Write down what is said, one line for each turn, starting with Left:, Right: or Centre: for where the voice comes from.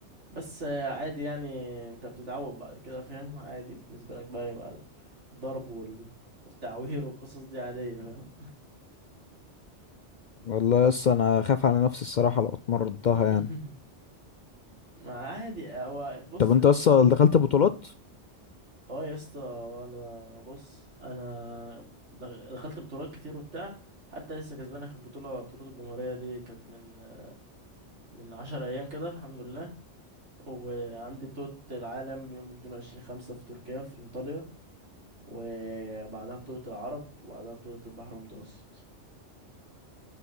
Right: بس آه، عادي يعني انت بتتعود بعد كده فاهم عادي بالنسبة لك بقى يبقى الضرب وال... والتعوير والقصص دي عادية فاهم
Left: والله يا اسطى أنا خايف على نفسي الصراحة لو اتمرضتها
Right: <laughs>
Left: يعني
Right: ما عادي هو بص
Left: طب أنت
Right: انت
Left: اصلا دخلت بطولات؟
Right: اه يا اسطى انا بص انا دغ- دخلت بطولات كتير وبتاع حتى لسه كسبان اخر بطولة بطولة الجمهورية دي كانت من آه، من عشر ايام كده الحمد لله وعندي بطولة العالم يوم 22 خمسة في تركيا في انطاليا وبعدها بطولة العرب وبعدها بطولة البحر المتوسط